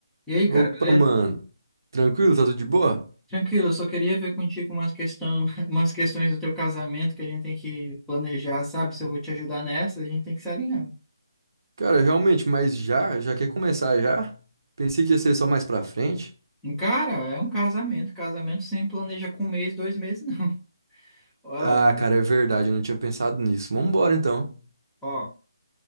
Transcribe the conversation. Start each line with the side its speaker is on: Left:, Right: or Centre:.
Centre: E aí, cara,
Right: Opa,
Centre: beleza?
Right: mano. Tranquilo? Tá tudo de boa?
Centre: Tranquilo, eu só queria ver contigo umas questão, <laughs> umas questões do teu casamento que a gente tem que planejar, sabe? Se eu vou te ajudar nessa, a gente tem que se alinhar.
Right: Cara, realmente, mas já? Já quer começar já? Pensei que ia ser só mais pra frente.
Centre: Um Cara, é um casamento. Casamento sem planeja com um mês, dois meses, não. <laughs> Ó,
Right: Ah, cara, é verdade, eu não tinha pensado nisso. Vambora então.
Centre: ó,